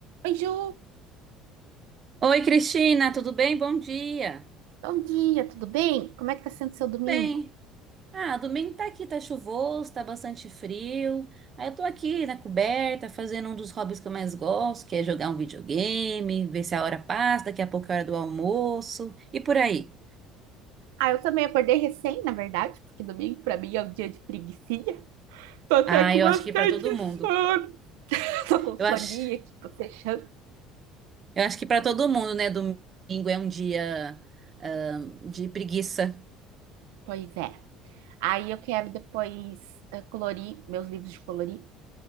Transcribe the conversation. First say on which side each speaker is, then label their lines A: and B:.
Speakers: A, on the right (about 80°); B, on the right (about 40°).
A: Oi, Ju,
B: Oi, Cristina, tudo bem? Bom dia.
A: bom dia, tudo bem? Como é que tá sendo seu
B: Tudo
A: domingo?
B: bem. Ah, domingo tá aqui, tá chuvoso, tá bastante frio. Aí eu tô aqui na coberta, fazendo um dos hobbies que eu mais gosto, que é jogar um videogame, ver se a hora passa, daqui a pouco é a hora do almoço e por aí.
A: Ah, eu também acordei recém, na verdade, porque domingo pra mim é um dia de preguicinha. Tô até
B: Ah,
A: com
B: eu
A: bastante
B: acho que pra todo mundo.
A: sono. <laughs> Tô com soninha
B: Eu acho,
A: aqui, tô fechando.
B: eu acho que pra todo mundo, né? Domingo é um dia, ah, de preguiça.
A: Pois é. Aí eu quero depois eh, colorir meus livros de colorir,